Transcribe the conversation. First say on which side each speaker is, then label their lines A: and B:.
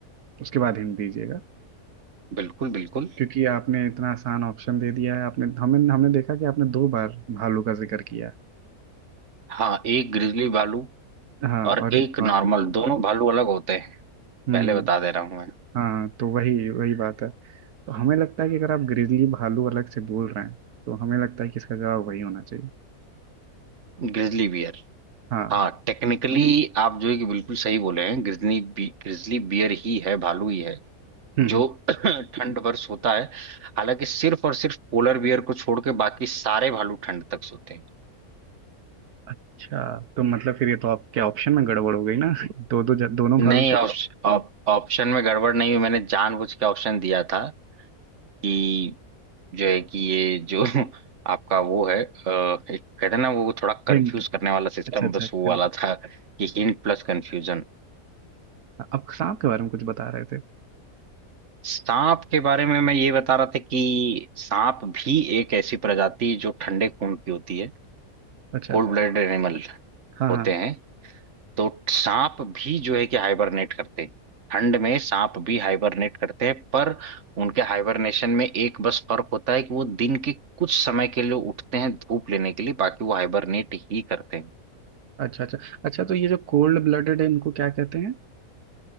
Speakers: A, on the right; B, on the right.
A: उसके बाद हिंट दीजिएगा
B: बिल्कुल बिल्कुल
A: क्योंकि आपने इतना आसान ऑप्शन दे दिया है आपने हमने हमने देखा कि आपने दो बार भालू का जिक्र किया
B: हाँ एक ग्रिजली भालू
A: है। हाँ
B: और
A: और
B: एक
A: एक नॉर्मल
B: नॉर्मल दोनों भालू अलग होते हैं
A: हम्म
B: पहले बता दे रहा हूँ मैं
A: हाँ तो वही वही बात है तो हमें लगता है कि अगर आप ग्रिजली भालू अलग से बोल रहे हैं तो हमें लगता है कि इसका जवाब वही होना चाहिए
B: Grizzly bear
A: हाँ
B: हाँ टेक्निकली आप जो है कि बिल्कुल सही बोले हैं ग्रिजली बी, ग्रिजली बियर ही है भालू ही है
A: हम्म
B: जो
A: हम्म।
B: <clears throat> ठंड पर सोता है हालांकि सिर्फ और सिर्फ पोलर बियर को छोड़ के बाकी सारे भालू ठंड तक सोते हैं
A: अच्छा तो मतलब फिर ये तो आपके ऑप्शन में गड़बड़ हो गई ना <laughs> दो दो दोनों
B: नहीं
A: भालू सॉरी
B: ऑप्शन ऑप्शन में गड़बड़ नहीं हुई मैंने जानबूझ के ऑप्शन दिया था कि जो है कि ये जो <laughs> आपका वो है अ, एक कहते हैं ना वो थोड़ा कंफ्यूज
A: हिंट
B: करने वाला सिस्टम
A: अच्छा अच्छा
B: बस
A: confuse।
B: वो वाला था कि हिंट प्लस कंफ्यूजन
A: आप सांप के बारे में कुछ बता रहे थे
B: सांप के बारे में मैं ये बता रहा था कि सांप भी एक ऐसी प्रजाति जो ठंडे खून की होती है
A: अच्छा
B: कोल्ड ब्लडेड एनिमल
A: हाँ
B: होते
A: हाँ
B: हैं तो सांप भी जो है कि हाइबरनेट करते हैं ठंड में सांप भी हाइबरनेट करते हैं पर उनके हाइबरनेशन में एक बस फर्क होता है कि वो दिन के कुछ समय के लिए उठते हैं धूप लेने के लिए बाकी वो हाइबरनेट ही करते हैं
A: अच्छा अच्छा अच्छा तो ये जो कोल्ड ब्लडेड है इनको क्या कहते हैं